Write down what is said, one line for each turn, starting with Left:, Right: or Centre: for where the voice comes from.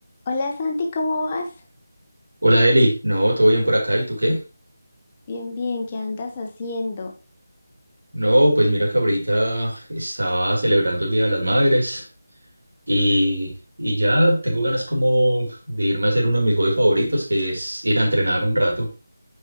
Left: Hola Santi, ¿cómo vas?
Right: Hola Eli, no, todo bien por acá, ¿y tú qué?
Left: Bien, bien, ¿qué andas haciendo?
Right: No, pues mira que ahorita estaba celebrando el Día de las Madres y, y ya tengo ganas como de irme a hacer uno de mis hobbies favoritos, que es ir a entrenar un rato.